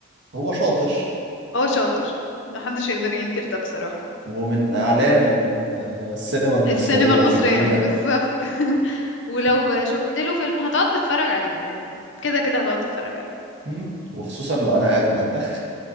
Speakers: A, on the right (about 55°); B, on the left (about 60°).
A: هو شاطر
B: هو شاطر محدش يقدر ينكر ده بصراحة
A: ومن أعلام ال- السينما المصرية
B: السينما المصرية
A: في الجيل ده
B: بالظبط <laughs> ولو شفت له فيلم هتقعد تتفرج عليه يعني كده كده هتقعد تتفرج عليه
A: مم. وخصوصا لو أنا قاعد مأنتخ